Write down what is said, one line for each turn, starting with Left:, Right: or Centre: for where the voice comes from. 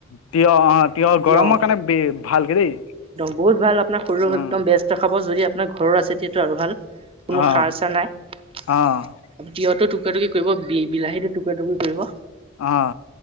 Left: তিঁয়হ অ তিঁয়হ
Right: তিয়হ।
Left: গৰমৰ কাৰণে ভালকে দেই।
Right: বহুত ভাল আপোনাৰ শৰীৰক
Left: অ',
Right: একদম বেস্ত দেখাব যদি আপোনাৰ ঘৰৰ আছে তিয়াটো আৰু ভাল। কোনো
Left: অ',
Right: সাৰ চা নাই। তিঁয়হটো
Left: অ',
Right: টুকু টুৰা টুকুই কৰিব বিলাহী টু টুৰি কৰিব।
Left: অহ।